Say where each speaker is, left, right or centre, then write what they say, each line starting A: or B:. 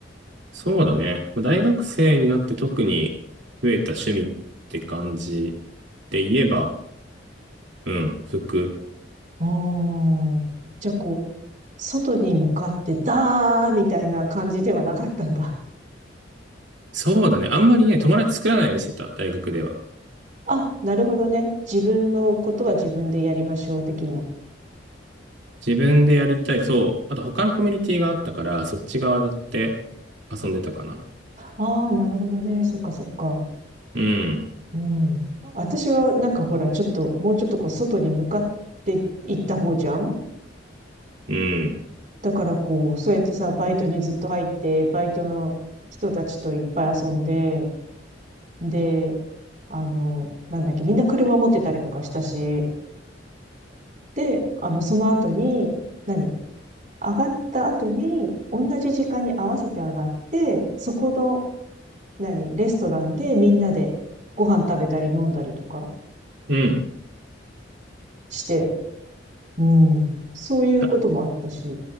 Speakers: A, on the right; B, on the right.
A: そうだね。まあ大学生になって特に増えた趣味って感じで言えば、うん、服。
B: ああ、じゃあこう、外に向かって、だーみたいな感じではなかったんだ。
A: そうだね。あんまりね、友達作らないようにしてた、大学では。
B: あ、なるほどね。自分のことは自分でやりましょう、的な。
A: 自分でやりたい。そう。あと他のコミュニティがあったから、そっち側だって遊んでたかな。
B: ああ、なるほどね。そっかそっか。
A: うん、
B: うん。私はなんかほら、ちょっと、もうちょっとこう、外に向かって行った方じゃん
A: うん、
B: だからこう、そうやってさ、バイトにずっと入って、バイトの人たちといっぱい遊んで、で、あの、なんだっけ、みんな車持ってたりとかしたし、で、あの、その後に、何上がった後に、同じ時間に合わせて上がって、そこの、何レストランでみんなでご飯食べたり飲んだりとか
A: うん。
B: して、うん。そういうこともあったし、
A: た